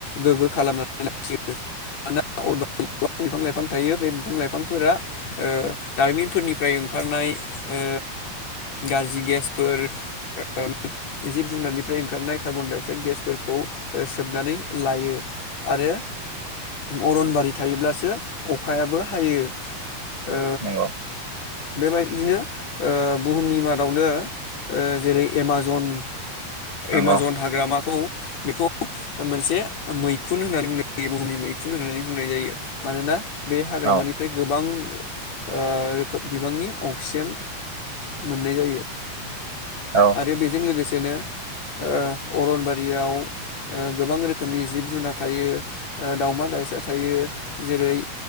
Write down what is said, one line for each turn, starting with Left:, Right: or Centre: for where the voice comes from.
Left: गोगो खालामनानै लाखियो मानोना अरनबारि गोबां बिफां लाइफां थायो बे बिफां लाइफांफोरा ओ दारिमिनफोरनिफ्राय ओंखारनाय ओ गाज्रि गेसफोर जिब जुनारनिफ्राय ओंखारनाय कार्बन डाइ अक्साइड गेसफोरखौ सोबनानै लायो आरो अरनबारि थायोब्लास सो अखायाबो हायो। ओ
Right: नंगौ
Left: बेबायदिनो ओ बुहुमनि मादावनो ओ जेरै- एमाजन
Right: नंगौ
Left: एमाजन हाग्रामाखौ बेखौ मोनसे मैखुन होननानै बुंनाय जायो बुहुमनि मैखुन होननानै बुंनाय जायो। मानोना बे हाग्रामानिफ्राय
Right: औ
Left: गोबां ओ रोखोम बिबांनि अक्सिजेन मोननाय जायो।
Right: औ
Left: आरो बेजों लोगोसे सेनो ओ अरनबारियाव ओ गोबां रोखोमनि जिब जुनार थायो ओ दावमा दाउसा थायो जेरै-